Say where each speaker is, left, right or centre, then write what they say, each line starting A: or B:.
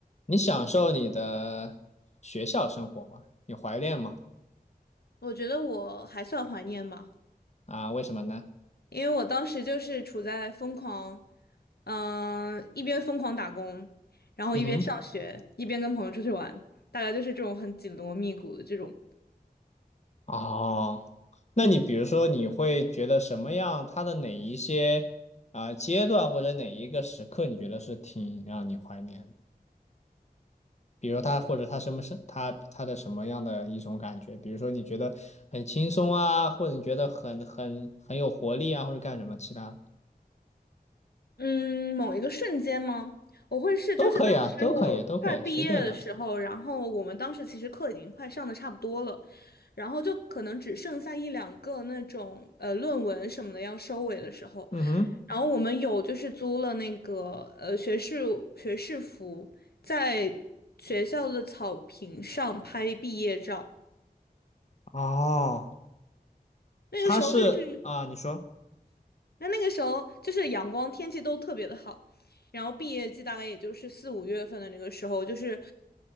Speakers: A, on the left (about 45°); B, on the left (about 80°).
A: 你享受你的学校生活吗？你怀念吗？
B: 我觉得我还算怀念吧，
A: 啊，为什么呢？
B: 因为我当时就是处在疯狂，嗯、一边疯狂打工，然后一边上学，
A: 嗯哼，
B: 一边跟朋友出去玩，大概就是这种很紧锣密鼓的这种。
A: 哦，那你比如说，你会觉得什么样？它的哪一些啊、阶段或者哪一个时刻，你觉得是挺让你怀念的？比如它或者它什么是它它的什么样的一种感觉？比如说你觉得很轻松啊，或者你觉得很很很有活力啊，或者干什么其他
B: 嗯，某一个瞬间吗？我会是就是当时我快毕业的时候，
A: 都可以啊，都可以，都可以，随便的。
B: 然后我们当时其实课已经快上的差不多了，然后就可能只剩下一两个那种呃论文什么的要收尾的时候，
A: 嗯哼，
B: 然后我们有就是租了那个呃学士学士服，在学校的草坪上拍毕业照。
A: 哦，
B: 那个时候就是
A: 它是啊，你说。
B: 那那个时候就是阳光天气都特别的好，然后毕业季大概也就是四五月份的那个时候，就是